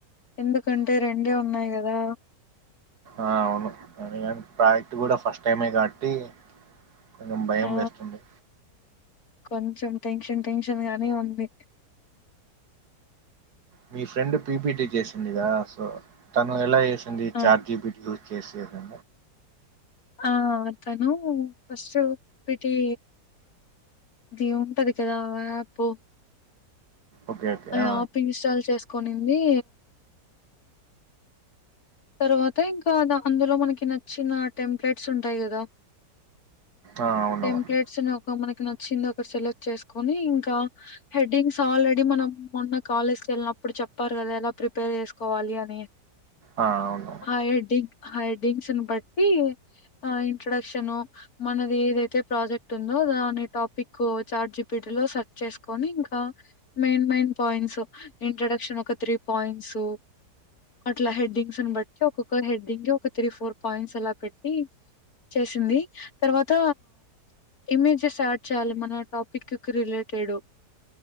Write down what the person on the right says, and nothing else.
ఆ అవును కాని ప్రాజెక్ట్ కూడా ఫస్ట్ టైమే కాబట్టి కొంచెం భయం
వేస్తుంది
మీ ఫ్రెండ్ పీపిటీ చేసిందిగా సో తను ఎలా చేసి
చాట్ జీపిటి యూజ్ చేసేది
ఓకే ఓకే
ఆ
ఆ అవునవును
ఆ అవును